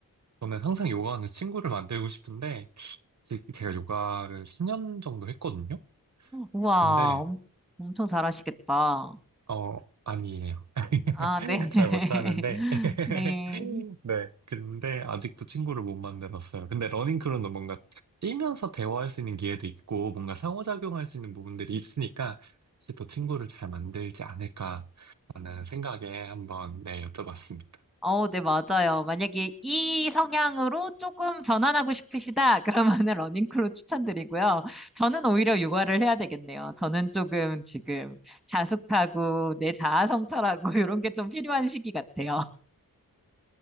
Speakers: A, on the right; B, in the centre.
A: 저는 항상 요가하는 친구를 만들고 싶은데 제- 제가 요가를 10년 정도 했거든요.
B: 우와,
A: 근데
B: 엄- 엄청 잘하시겠다.
A: 어 아니에요. <laughs>
B: 아, 네. <laughs>
A: 잘 못하는데 <laughs>
B: 네.
A: 네. 근데 아직도 친구를 못 만들었어요. 근데 러닝크루는 뭔가 뛰면서 대화할 수 있는 기회도 있고 뭔가 상호작용할 수 있는 부분들이 있으니까 혹시 더 친구를 잘 만들지 않을까라는 생각에 한번 네, 여쭤봤습니다.
B: 어, 네, 맞아요. 만약에 이 성향으로 조금 전환하고 싶으시다, <laughs> 그러면은 러닝크루 추천드리고요. 저는 오히려 육아를 해야 되겠네요. 저는 조금 지금 자숙하고 내 자아 성찰하고 <laughs> 이런 게 좀 필요한 시기 같아요.